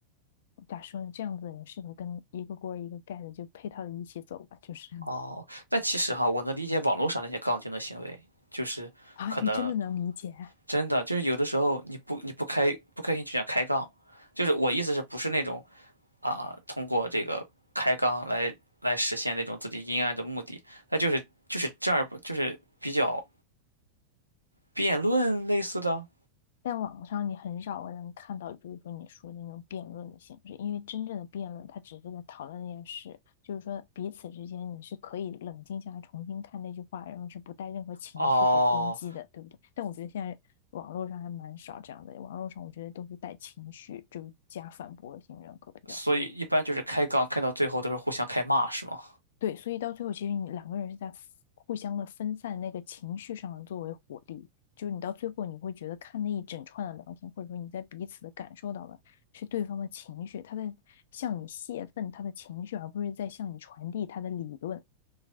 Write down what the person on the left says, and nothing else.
咋说呢？这样子的人适合跟一个锅一个盖的就配套的一起走吧。就是
啊，你真的能理解啊
在网上你很少能看到，比如说你说的那种辩论的形式，因为真正的辩论，它只是在讨论那件事，就是说彼此之间你是可以冷静下来重新看那句话，然后是不带任何情绪和攻击的，
对不对？但我觉得现在网络上还蛮少这样的，网络上我觉得都是带情绪，就是加反驳性人格比较多。
对，所以到最后，其实你两个人是在互相的分散那个情绪上作为火力，就是你到最后你会觉得看那一整串的聊天，或者说你在彼此的感受到的是对方的情绪，他在向你泄愤他的情绪，而不是在向你传递他的理论。